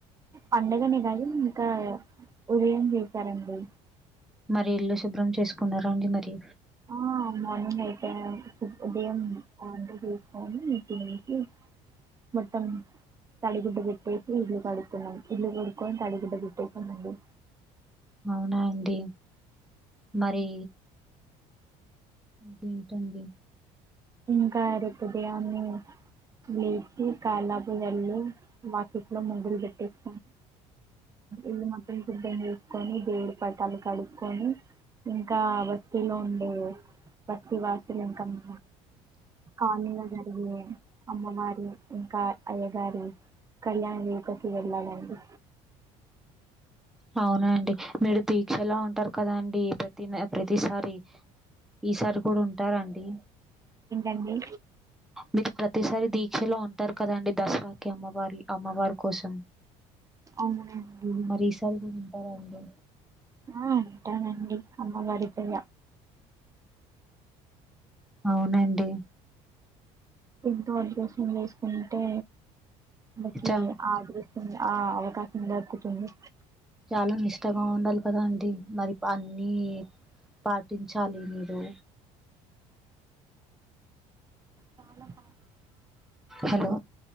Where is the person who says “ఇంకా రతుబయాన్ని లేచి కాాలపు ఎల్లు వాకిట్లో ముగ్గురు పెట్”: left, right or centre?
Right